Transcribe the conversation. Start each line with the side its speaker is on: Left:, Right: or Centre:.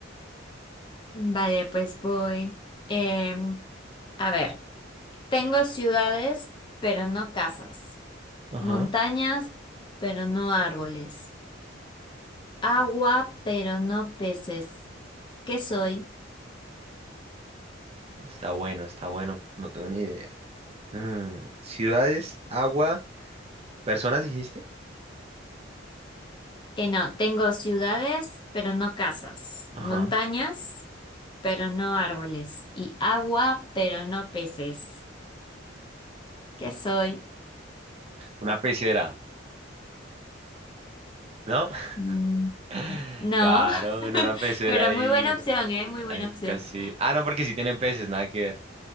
Left: Vale, pues voy. Em, a ver, tengo ciudades, pero no casas.
Right: Ajá.
Left: Montañas, pero no árboles. Agua, pero no peces. ¿Qué soy?
Right: Está bueno, está bueno. No tengo ni idea. Mm, ciudades, agua, personas, dijiste.
Left: Eh, no, tengo ciudades, pero no casas.
Right: Ajá.
Left: Montañas, pero no árboles. Y agua, pero no peces. ¿Qué soy?
Right: Una pecera, ¿no?
Left: Mm,
Right: <laughs>
Left: No,
Right: Claro,
Left: <laughs>
Right: en una pecera
Left: pero
Right: hay,
Left: muy buena opción, ¿eh? Muy buena
Right: hay
Left: opción.
Right: casi. Ah, no, porque sí tienen peces, nada que ver.